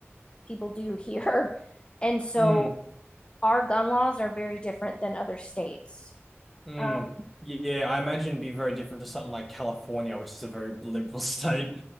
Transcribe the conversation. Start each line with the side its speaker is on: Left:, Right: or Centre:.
Left: people do here. <laughs> And so
Centre: Mm.
Left: our gun laws are very different than other states.
Centre: Mm.
Left: Um,
Centre: Yeah, I imagine it'd be very different to something like California, which is a very liberal <laughs> state.